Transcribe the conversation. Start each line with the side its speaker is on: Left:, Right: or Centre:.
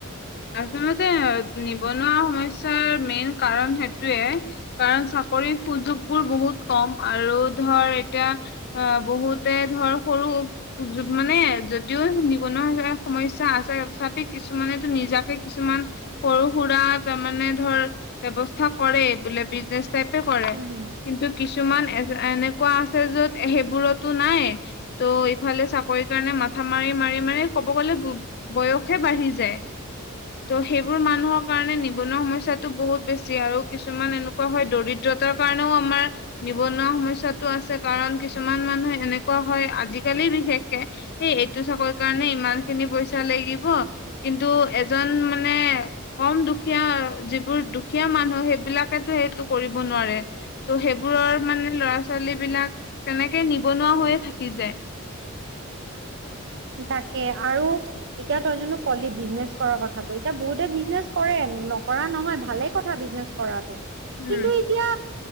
Left: আচলতে নিবনুৱা সমস্যাৰ মেইন কাৰণ সেইটোৱে। কাৰণ চাকৰি সুযোগ বোৰ বহুত কম আৰু ধৰ এতিয়া, অ, বহুতে ধৰ সৰু মানে যদিও নিবনুৱা সমস্যা আছে তথাপি কিছুমানেতো নিজা, কিছুমান সৰু সুৰা ত মানে ধৰ ব্যৱস্থা কৰে বোলে বিজনেজ। প কৰে
Right: উম হুম
Left: কিন্তু কিছুমান এ এনেকুৱা আছে যত সেইবোৰতো নাই। ত' ইফালে চাকৰি কাৰণে মাথা মাৰি মাৰি মাৰি ক'ব গলে বয়সহে বাঢ়ি যায়। ত' সেইবোৰ মানুহৰ কাৰণে নিবনুৱা সমস্য়াতটো বহুত বেছি আৰু কিছুমান এনেকুৱা হয় দৰিদ্ৰ যত কাৰণেও আমাৰ নিবনুৱা সমস্যাতটো আছে কাৰণ কিছুমান মানুহে এনেকুৱা হয় আজিকালি বিশেষকে এই এইটো চাকৰি কাৰণে ইমান খিনি পইচা লাগিব কিন্তু এজন মানে কম দুখীয়া যিবোৰ দুখীয়া মানুহ সেইবিলাকেতো সেইটো কৰিব নোৱাৰে। ত' সেইবোৰৰ মানে ল'ৰা ছোৱালী বিলাক তেনেকে নিবনুৱা হৈয়ে থাকি যায়।
Right: তাকে আৰু। এতিয়া তই জো কলি বিজনেছ কৰাৰ কথাটো, এতিয়া বহুতে বিজনেচ কৰে নকৰা নহয়, ভালে কথা বিজনেছ কৰাটো
Left: উম।
Right: কিন্তু, এতিয়া